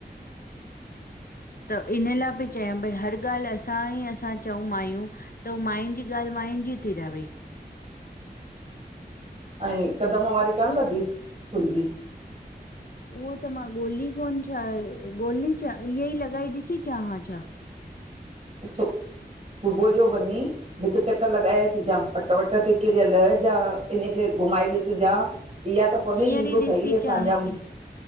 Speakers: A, on the left; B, on the right.
A: त इन लाइ बि चय भई हर ॻाल असां ई असां चऊं माइयूं, त उ माइन जी ॻाल, माइन जी ती रवे।
B: ऐं कदमवारी कान लधी कुंजी?
A: उहो त मां ॻोल्ही कोन, छा ॻोल्हे अचां, इअ ई लॻाई ॾिसी अचां हां छा?
B: सु सुबुह जो वञी हिक चकर लॻाए अचजां। पट वट ते किरियल हजा, इनखे घुमाए ॾिसजां। इहा त कोन्हे,
A: हींअर
B: हि ॿ
A: ई ॾिसी
B: भई असांजाम।
A: चांस थी